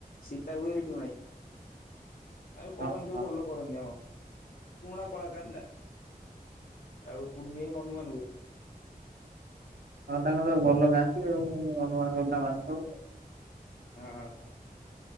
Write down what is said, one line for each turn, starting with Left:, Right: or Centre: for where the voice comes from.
Left: ସୀତା ହୁଏ ରିଟୁ ଭାଇ। ଆଉ କରନ୍ତି
Right: ହଁ
Left: ସବୁ
Right: ହଁ।
Left: ଭଲ କରନ୍ତି ଆମର ପୁରୁଣା କଳାକାର ନା ଆଉ କୁନି ହାଇ ହନୁମାନ ହୁଏ।
Right: ହଁ ତାଙ୍କ ତ ଭଲ ଗାଆନ୍ତି ଆଉ ହନୁ ମନ୍ ରୋଲ୍ ଟା ମାନଥୁଵ।
Left: ହଁ ହଁ।